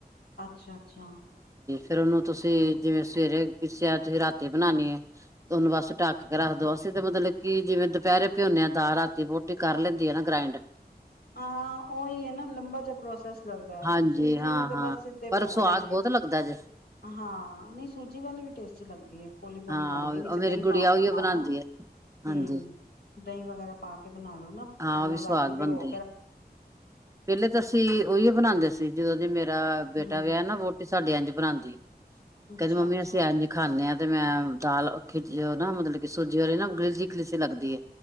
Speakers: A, on the left; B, on the right.
A: ਅੱਛਾ ਅੱਛਾ
B: ਫੇਰ ਉਹਨੂੰ ਤੁਸੀਂ ਜਿਵੇਂ ਸਵੇਰੇ ਪੀਸਿਆ ਤੁਸੀਂ ਰਾਤੀ ਬਣਾਉਣੀ ਹੈ ਤੇ ਉਹਨੂੰ ਬਸ ਢੱਕ ਕੇ ਰੱਖ ਦਿੋ ਅਸੀਂ ਤਾਂ ਮਤਲਬ ਕਿ ਜਿਵੇਂ ਦੁਪਹਿਰੇ ਪਿਉਂਦੇ ਹਾਂ ਦਾਲ ਰਾਤੀ ਵੋਟੀ ਕਰ ਲੈਂਦੀ ਆ ਨਾ ਗ੍ਰਾਇੰਡ
A: ਹਾਂ ਉਹੀ ਹੈ ਨਾ ਲੰਬਾ ਜਿਹਾ ਪ੍ਰੋਸੈਸ ਲੱਗਦਾ
B: ਹਾਂਜੀ
A: ਸੂਜੀ
B: ਹਾਂ
A: ਨੂੰ ਤੇ
B: ਹਾਂ
A: ਬਸ ਏਧ
B: ਪਰ
A: ਭਿਉਣਾ
B: ਸਵਾਦ
A: ਹੀ
B: ਬਹੁਤ
A: ਹੈ
B: ਲੱਗਦਾ ਜੇ
A: ਹਾਂ ਨਹੀਂ ਸੂਜੀ ਵਾਲੀ ਵੀ ਟੇਸਟੀ ਲੱਗਦੀ ਹੈ ਪੋਲੀ ਪੋਲੀ
B: ਹਾਂ
A: ਬਣਦੀ ਵਿੱਚ
B: ਉਹ
A: ਦਹੀਂ
B: ਮੇਰੀ
A: ਪਾ
B: ਗੁੜੀਆ
A: ਕੇ
B: ਉਹੀ
A: ਬਣਾਓ
B: ਬਣਾਉਂਦੀ
A: ਨਾ
B: ਹੈ ਹਾਂਜੀ
A: ਹੂੰ ਦਹੀਂ ਵਗੈਰਾ ਪਾ ਕੇ ਬਣਾ ਲੋ ਨਾ
B: ਹਾਂ
A: ਉਹਨੂੰ
B: ਉਹ ਵੀ ਸਵਾਦ
A: ਰਾਤੀ ਭਿਓ
B: ਬਣਦੀ ਪਹਿਲੇ ਤਾਂ ਅਸੀਂ ਉਹੀ ਬਣਾਉਂਦੇ ਸੀ ਜਦੋਂ ਦੀ ਮੇਰਾ ਬੇਟਾ
A: ਹਮ
B: ਵਿਆਹ ਨਾ ਵੋਟੀ ਸਾਡੇ ਇੰਜ ਬਣਾਉਂਦੀ।
A: ਅੱਛਾ
B: ਕਹਿੰਦੇ ਮੰਮੀ
A: ਅੱਛਾ
B: ਅਸੀਂ ਐੰਝ ਖਾਂਦੇ ਹਾਂ। ਤੇ ਮੈਂ ਦਾਲ ਖਿੱਚ ਨਾ ਮਤਲਬ ਕਿ ਸੂਜੀ ਵਾਲੀ ਨਾ ਗਿਲਜੀ ਖਲਸੀ ਲੱਗਦੀ ਹੈ।